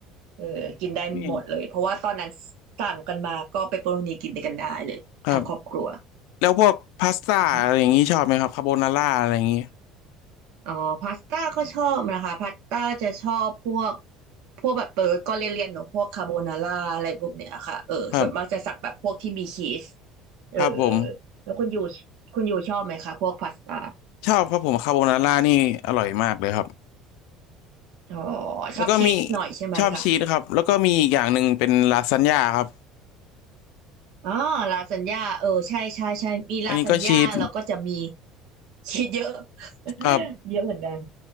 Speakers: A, on the right (about 65°); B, on the left (about 75°).
A: เออกินได้หมดเลยเพราะว่าตอนนั้น
B: นี่
A: สั่งกันมาก็เปปเปอโรนีกินด้วยกันได้เลยทั้งครอบครัว
B: ครับแล้วพวกพาสต้าอะไรอย่างงี้ชอบไหมครับคาโบนาร่าอะไรอย่างงี้
A: อมอ๋อพาสต้าก็ชอบนะคะพาสต้าจะชอบพวกพวกแบบเออก็เลี่ยนๆเนอะพวกคาโบนาร่าอะไรพวกเนี้ยค่ะเออส่วนมากจะสั่งแบบพวกที่มีชีส
B: ครับ
A: เออ
B: ครับผม
A: แล้วคุณยูคุณยูชอบไหมคะพวกพาสต้า
B: ชอบครับผมคาโบนาร่านี่อร่อยมากเลยครับ
A: อ๋อ
B: แล้วก็มี
A: ชอบชีสหน่อยใช่ไหมคะ
B: ชอบชีสครับแล้วก็มีอีกอย่างหนึ่งเป็นลาซานญ่าครับ
A: อ๋อลาซานญ่าเออใช่ใช่ใช่มีลาซานญ่าเราก็จะมี
B: อันนี้ก็ชีส
A: ชีสเยอะ <laughs>
B: ครับ
A: เยอะเหมือนกัน